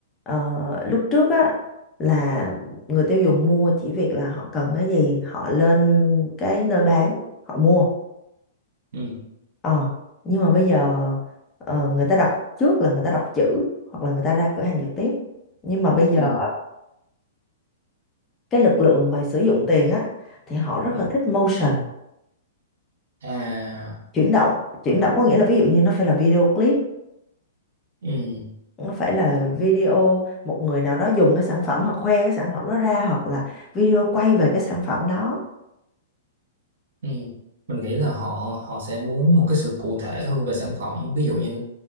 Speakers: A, on the left; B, on the right.
A: Ờ, lúc trước á là người tiêu dùng mua chỉ việc là họ cần cái gì họ lên cái nơi bán họ mua
B: Ừ.
A: Ờ, nhưng mà bây giờ ờ, người ta đọc trước là người ta đọc chữ hoặc là người ta ra cửa hàng trực tiếp. Nhưng mà bây giờ
B: Ừ.
A: cái lực lượng mà sử dụng tiền á thì họ rất
B: Ừ.
A: là thích motion,
B: à
A: chuyển động. Chuyển động có nghĩa là ví dụ như nó phải là video clip,
B: ừ.
A: nó phải là video một người nào đó dùng cái sản phẩm hoặc khoe cái sản phẩm đó ra hoặc là video quay về cái sản phẩm đó.
B: Ừ. mình nghĩ là họ họ sẽ muốn một cái sự cụ thể hơn về sản phẩm ví dụ như